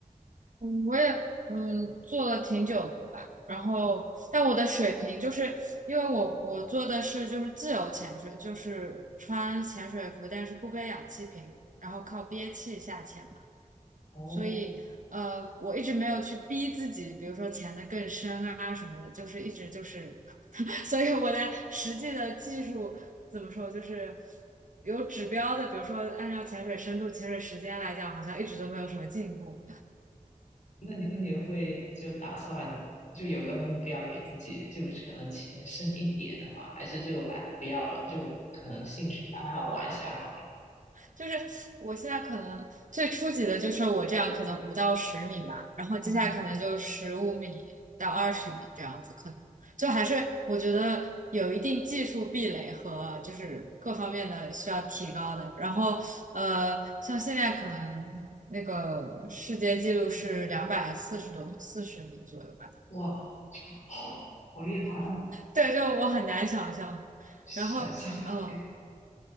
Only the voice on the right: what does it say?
嗯，我也嗯做了挺久的吧，然后但我的水平就是因为我我做的是就是自由潜水，就是穿潜水服，但是不背氧气瓶，然后靠憋气下潜嘛，
所以呃我一直没有去逼自己，比如说潜得更深啊什么的，就是一直就是，<laughs> 所以我在实际的技术怎么说就是有指标的，比如说按照潜水深度、潜水时间来讲，好像一直都没有什么进步。
就是我现在可能最初级的就是我这样，可能五到十米吧，然后接下来可能就十五米到二十米这样子，
可能就还是我觉得有一定技术壁垒和就是各方面的需要提高的。然后呃，像现在可能那个世界纪录是两百四十多四十米左右吧，
对，就我很难想象。
然后嗯，呃